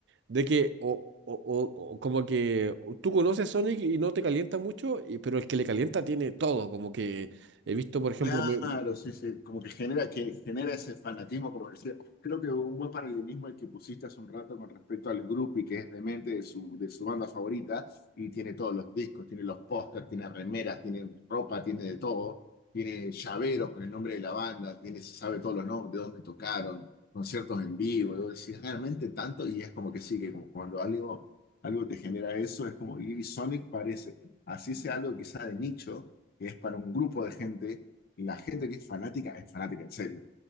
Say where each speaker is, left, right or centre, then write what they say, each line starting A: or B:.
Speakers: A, on the right (about 60°); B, on the left (about 50°).
A: De que, o, o- o- o como que tú conoces Sonic y no te calienta mucho, y- pero el que le calienta tiene todo. Como que he visto, por ejemplo,
B: Claro,
A: me-
B: sí, sí, como que genera, que genera ese fanatismo, como decía. Creo que un buen paralelismo el que pusiste hace un rato con respecto al Groupie, que es demente de su, de su banda favorita, y tiene todos los discos, tiene los pósters, tiene remeras, tiene ropa, tiene de todo, tiene llaveros con el nombre de la banda, tiene, se sabe todos los nombres, de dónde tocaron, conciertos en vivo, y vos decís, realmente tanto, y es como que sí, que como cuando algo, algo te genera eso, es como, y Sonic parece, así sea algo quizá de nicho, que es para un grupo de gente la gente que es fanática es fanática, en serio.